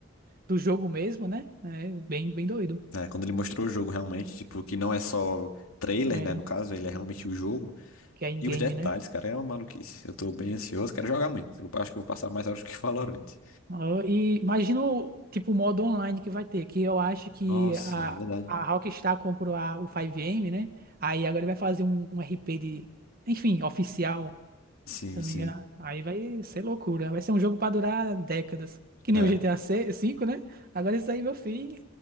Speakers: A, on the right; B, on the left.
A: do jogo mesmo, né? É bem, bem doido.
B: É, quando ele mostrou o jogo realmente, tipo, que não é só trailer,
A: É,
B: né? No caso, ele é realmente o jogo.
A: que é in-game,
B: E os detalhes,
A: né?
B: cara, é uma maluquice. Eu tô bem ansioso, quero jogar muito. Eu acho que eu vou passar mais horas do que <laughs> Valorant.
A: Ah, E imagina o tipo o modo online que vai ter, que eu acho que
B: Nossa,
A: a,
B: é verdade.
A: a Rockstar comprou a, o 5M, né? Aí agora ele vai fazer um, um RP de, enfim, oficial,
B: Sim,
A: se eu não
B: sim.
A: me engano. Aí vai ser loucura. Vai ser um jogo pra durar décadas. Que nem
B: É.
A: o GTA V, né? Agora isso aí, meu filho,